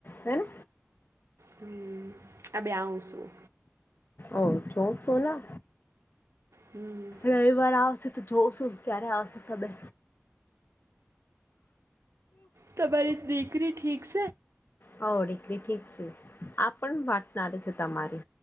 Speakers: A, on the left; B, on the right.
A: હેને.
B: હમ આ બે આવું છું.
A: ઓ છોક સોના,
B: હમ
A: રવિવાર આવસે. જોવ છું ક્યારે આવશે તમે.
B: તમારી દીકરી ઠીક છે.
A: હો દીકલી ઠીક છે આ પણ વાટનારી છે તમારે.